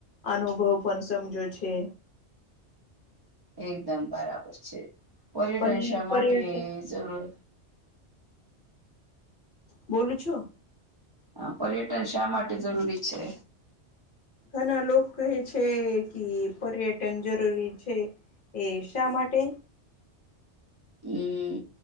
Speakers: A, on the left; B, on the right.
A: અનુભવ પણ સમજો છે.
B: એકદમ બરાબર છે પર્યટન
A: પણ
B: શા માટે
A: પર્યટન
B: જરૂર
A: બોલું છો.
B: હા પર્યટન શા માટે જરૂરી છે.
A: ઘણા લોકો કહે છે કે પર્યટન જરૂરી છે. એ શા માટે
B: હમ